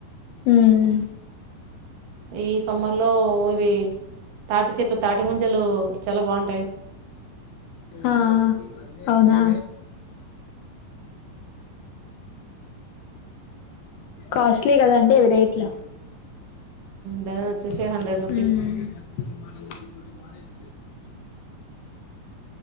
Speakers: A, on the left; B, on the right.
A: ఊ మ్
B: ఈ సమ్మర్ లో ఇవి తాటి చెట్లు తాటి ముంజలు చాలా బాగుం
A: హా అవునా కాస్ట్లీ కదండి అవి రేట్లు
B: డజన్
A: ఉమ్
B: వచ్చేసి హండ్రెడ్ రూపీస్